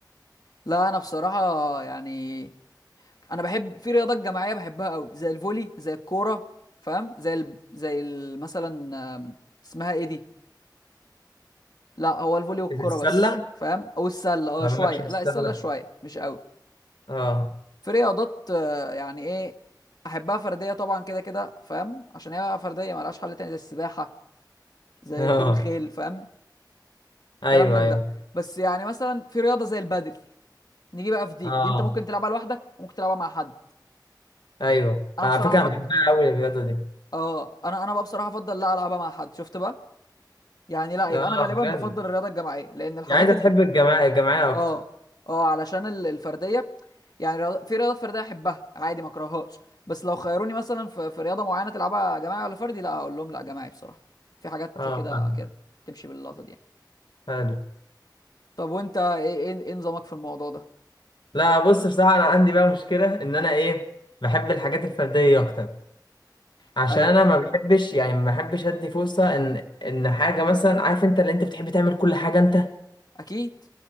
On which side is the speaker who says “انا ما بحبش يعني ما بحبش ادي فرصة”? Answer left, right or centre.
Left